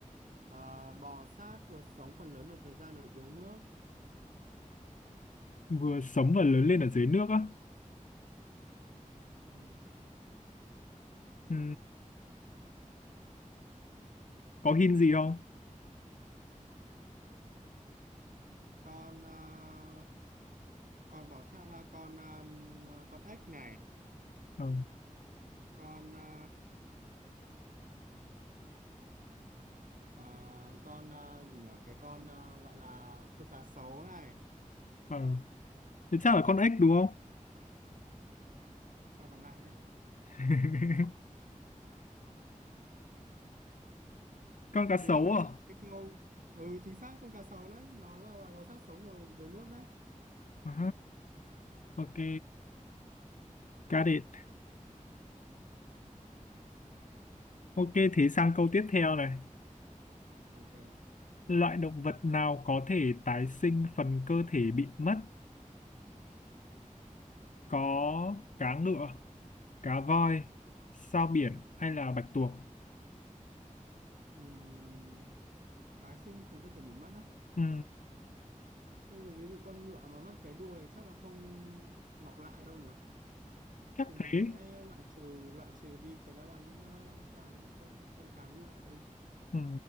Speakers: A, on the right; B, on the left.
A: ờ, bò sát, vừa sống phần lớn được thời gian ở dưới nước.
B: Vừa sống và lớn lên ở dưới nước á.
A: Ừm,
B: Ừ. Có hint gì không?
A: Con ờ, con bò sát, à, con ờm, ờ, con ếch này,
B: Ừ.
A: con ờ, À, con à, gì nhở cái con à, gọi là con cá sấu này
B: Ừ. Thế chắc là con ếch đúng không?
A: cho nó lại đấy
B: <laughs> Con cá sấu
A: thì là một
B: à?
A: trong những câu ừ chính xác con cá sấu đấy nó là loài bò sát sống ở dưới nước đấy
B: Ờ, Ok. Got it. Ok, thế sang câu tiếp theo này.
A: ok
B: Loại động vật nào có thể tái sinh phần cơ thể bị mất? Có cá ngựa, cá voi, sao biển hay là bạch tuộc?
A: Ừm, tái sinh phần cơ thể bị mất đó
B: Ừ,
A: bây giờ ví dụ con ngựa mà mất cái đuôi chắc là không mọc lại đâu nhở
B: chắc
A: thì mình
B: thế.
A: sẽ loại trừ loại trừ đi cái đáp án ờ, cá con con cá ngựa đi
B: Ừ.